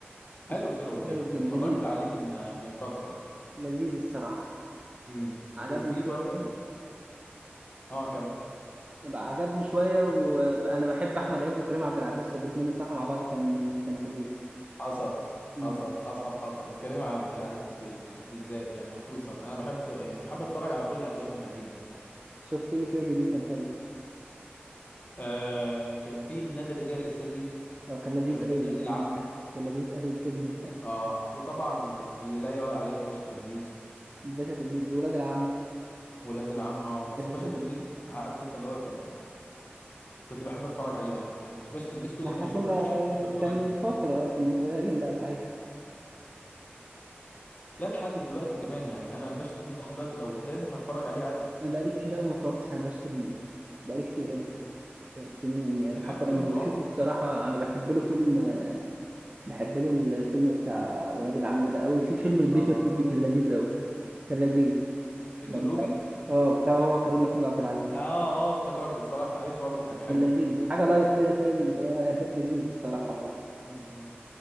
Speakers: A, on the left; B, on the right.
A: حلو
B: متفرج
A: كيرة
B: على
A: والجن
B: كيرة والجن
A: اتفرجت
B: لذيذ
A: عليه من من فترة
B: لذيذ الصراحة
A: امم
B: عجبني
A: وفي
B: شوية
A: برضو اه كان
B: بقى عجبني شوية وأنا بحب أحمد عز وكريم عبد العزيز فالاتنين الصراحة مع بعض كان كانوا حلوين
A: حصل
B: مم.
A: حصل حصل حصل وكريم عبد العزيز بال... بالذات يعني خصوصا انا بحب يعني بحب اتفرج على كل افلامه تقريبا
B: شفت إيه تاني ليه كان حلو
A: آه كان في نادي الرجال السري
B: هو كان لذيذ
A: كان في
B: أوي
A: ولاد
B: الفيلم
A: العم
B: ده كان لذيذ أوي الفيلم ده
A: اه وطبعا يعني اللي لا يعلى عليه الباشا تلميذ
B: <laughs> الباشا تلميذ ولاد العم
A: ولاد العم اه بس
B: كان
A: الباشا
B: لذيذ
A: تلميذ عارف انت اللي هو كان كنت بحب اتفرج عليه قوي يعني الباشا تلميذ كل
B: ما احنا
A: ما بشوفه
B: كنا
A: وشي حرفيا بتفرج
B: كان
A: عليه
B: من فترة كنا صغيرين بقى ساعتها
A: لا لحد دلوقتي كمان يعني انا الباشا تلميذ لحد دلوقتي لو قدامي هتفرج عليه عادي
B: انا بقالي كتير قوي ما اتفرجتش على باشا تلميذ بقالي كتير
A: م-م.
B: قوي سنين يعني
A: بتحب
B: حتى
A: افلام
B: لما بشوفه
A: الرعب
B: الصراحة انا بحب له فيلم بحب له الفيلم بتاع ولاد العم ده قوي في فيلم البيتر
A: اه
B: روبي
A: اه
B: كان لذيذ قوي كان لذيذ
A: بيت
B: ده
A: الروبي
B: مش عارف. اه بتاع هو كريم محمود عبد العزيز
A: اه اه افتكرته اتفرجت عليه برضو كان حلو
B: كان لذيذ حاجة لايت كده فاهم اللي هو <laughs> لذيذ الصراحة
A: م-م.